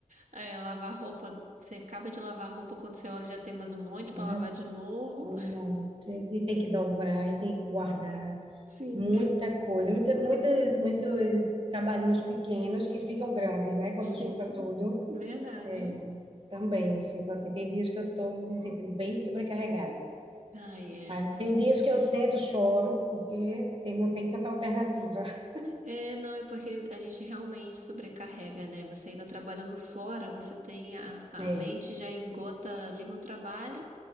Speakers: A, on the right; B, on the right.
A: é, lavar roupa, você acaba de lavar a roupa quando você olha já tem mais um monte
B: já
A: para lavar de novo.
B: amor,
A: <laughs>
B: e tem que dobrar e tem que guardar
A: Sim,
B: muita coisa, muita, muitos, muitos trabalhinhos pequenos que ficam grandes, né? Quando
A: sim,
B: junta tudo.
A: verdade.
B: É, também me sinto assim. Tem dias que eu estou me sentindo bem sobrecarregada.
A: Ai, é.
B: Ah, Tem dias que eu sento, choro, porque tem- não tem tanta alternativa. <laughs>
A: É, não, é porque a gente realmente sobrecarrega, né? Você ainda trabalhando fora, você tem a, a
B: É,
A: mente já esgota ali no trabalho.